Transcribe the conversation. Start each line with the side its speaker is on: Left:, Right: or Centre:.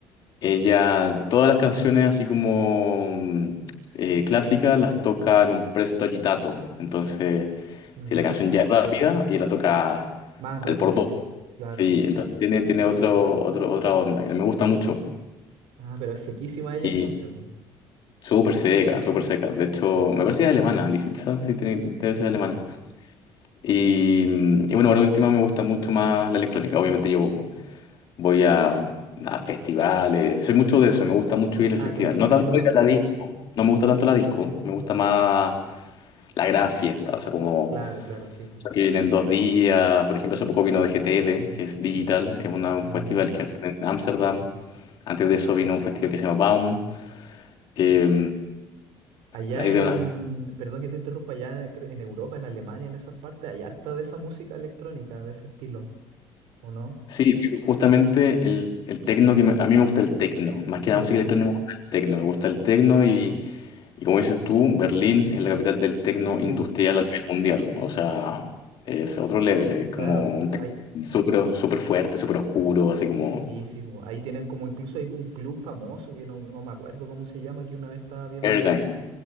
Left: Ella, todas las canciones así como mm, eh, clásicas las toca en un presto agitato. Entonces,
Right: Ujú.
Left: si la canción ya es rápida, ella la toca
Right: Más rápido
Left: al por dos.
Right: ya, claro.
Left: Y entonces tiene, tiene otro, otro, otra onda que me gusta mucho.
Right: Ah, pero es sequísima ella
Left: Y
Right: entonces, pues.
Left: súper seca, súper seca. De hecho, me parece que es alemana, Lisitsa, sí, tiene, debe
Right: Mm.
Left: ser alemana. Y, mm, y bueno, ahora última me gusta mucho más la electrónica. Obviamente yo voy a, a festivales, soy mucho de eso, me gusta mucho ir al
Right: Ah,
Left: festival.
Right: ¿te gusta
Left: No
Right: mucho
Left: tanto
Right: lo...?
Left: ir a la disco, no me gusta tanto la disco, me gusta más la gran fiesta, o sea, como
Right: Claro, claro, sí,
Left: que vienen dos días, por ejemplo, hace poco vino de GTL, que es digital, es una- un
Right: pues.
Left: festival que hacen en Ámsterdam. Antes de eso vino un festival que se llama Baum. eh,
Right: Allá
Left: hay de
Right: en,
Left: una-
Right: perdón que te interrumpa, allá cre- en Europa, en Alemania, en esas partes, hay harta de esa música electrónica, de ese estilo, ¿o no?
Left: Sí, justamente el, el tecno que me- a mí me gusta el tecno, más
Right: Sí,
Left: que la música
Right: po,
Left: electrónica me gusta el tecno, me gusta el tecno y Y como dices tú, Berlín es la capital del tecno
Right: sí,
Left: industrial
Right: po,
Left: a nivel mundial. O sea, es otro level, es
Right: claro,
Left: como
Right: po,
Left: un techno
Right: hay,
Left: súper súper fuerte, súper oscuro, así como
Right: sí, sí, po, ahí tienen como incluso hay un club famoso que no, no me acuerdo cómo se llama, que una vez estaba viendo
Left: Berghain,
Right: en